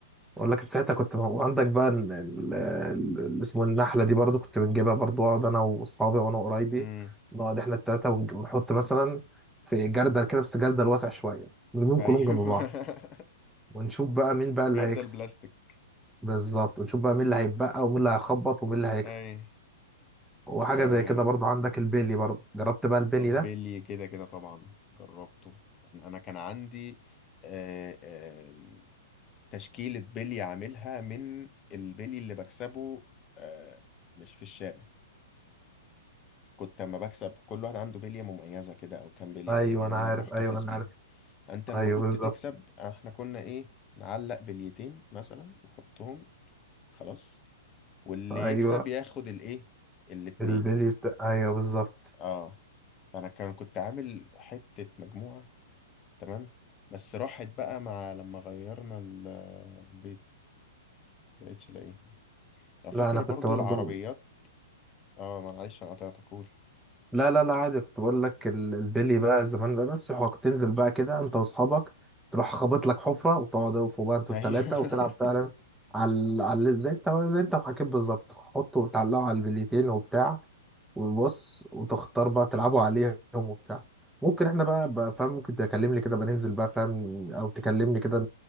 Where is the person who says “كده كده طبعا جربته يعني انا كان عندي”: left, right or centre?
Left